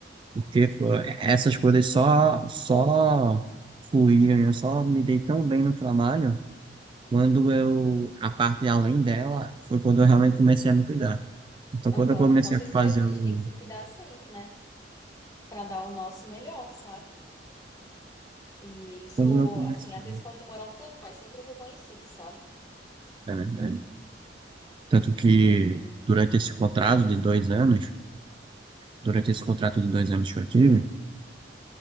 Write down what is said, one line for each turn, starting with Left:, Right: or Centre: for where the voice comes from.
Right: Porque pô, essas coisas só, só fluíram, eu só me dei tão bem no trabalho quando eu, a parte além dela, foi quando eu realmente comecei a me cuidar. Então,
Left: Aham,
Right: quando eu comecei
Left: com certeza,
Right: a fazer
Left: a gente
Right: o.
Left: tem que se cuidar sempre, né? Pra dar o nosso melhor, sabe? E isso,
Right: Quando eu comecei,
Left: assim, às vezes pode demorar um tempo, mas sempre é reconhecido, sabe?
Right: na verdade. Tanto que,
Left: E
Right: durante esse contrato
Left: é
Right: de
Left: isso.
Right: dois anos, durante esse contrato de dois anos que eu tive,